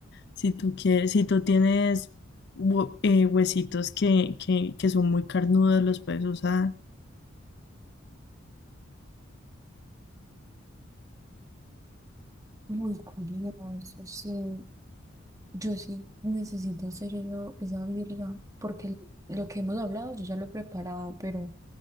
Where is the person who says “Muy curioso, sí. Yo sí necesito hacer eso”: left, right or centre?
Right